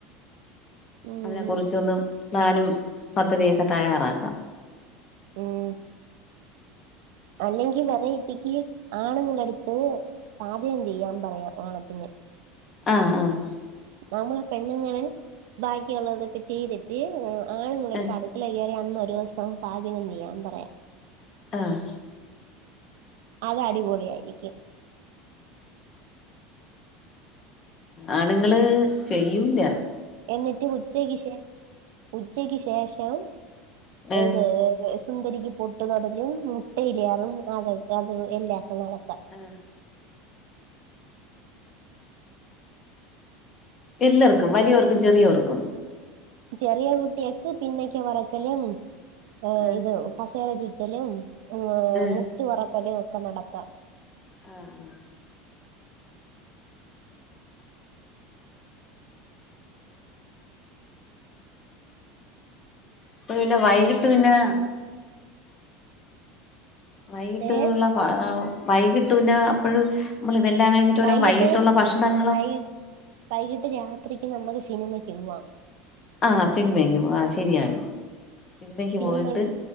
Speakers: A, on the right (about 60°); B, on the left (about 20°).
A: ഉം
B: അതിനെ കുുറിച്ചൊന്ന് പ്ലാനും പദ്ധതിയൊക്കെ തയ്യാറാക്കാം
A: ഉം അല്ലെങ്കിൽ വെറൈറ്റിക്ക് ആണുങ്ങൾടുത്ത് പാചകം ചെയ്യാൻ പറയാം ഓണത്തിന്
B: ആഹ് ആഹ്
A: നമ്മള് പെണ്ണുങ്ങൾ ബാക്കിയുള്ളതൊക്കെ ചെയ്തിട്ട് ആണുങ്ങൾടടുത്ത്
B: ഏ
A: അടുത്ത് അടുക്കിള കയറി അന്ന് ഒരു ദിവസം പാചകം ചെയ്യാൻ പറയാം
B: ആഹ്
A: അത് അടിപൊളി ആയിരിക്കും
B: ആണുങ്ങള് ചെയ്യൂല്ല
A: എന്നിട്ട് ഉച്ചക്ക് ശേ ഉച്ചക്ക് ശേഷം
B: ഏ
A: ഏത് സുന്ദരിക്ക് പൊട്ട് തൊടലും മുട്ടയിലേ അതും അത് എല്ലാം നടത്താം
B: ആഹ് എല്ലാവർക്കും വലിയവർക്കും ചെറിയവർക്കും
A: ചെറിയ കുട്ടിയക്ക് പിന്നക്ക വറക്കലും അഹ്
B: ഏ
A: ഇത് കസേര ചുറ്റലും ഏഹ്
B: ഏ
A: മുത്തുപെറക്കലും ഒക്കെ നടത്താം
B: ആഹ് ആഹ് അപ്പപിന്നെ വൈകിട്ട് പിന്നെ വൈകിട്ട്
A: ഏ
B: ഉള്ള വൈകിട്ട് പിന്നെ അപ്പഴ് നമ്മള് ഇതെല്ലാം കഴിഞ്ഞിട്ട്
A: വൈകിട്ട്
B: ഒരു വൈകീട്ട് ഒള്ള ഭക്ഷണങ്ങളൊ
A: വൈകിട്ട് വൈകിട്ട് രാത്രിക്ക് നമ്മക്ക് സിനിമയ്ക്ക്പോവാം
B: ആഹ് സിനിമക്ക് പോ ആ ശരിയാണ് സിനിമയ്ക്ക്
A: സിനിമക്ക്
B: പോയിട്ട്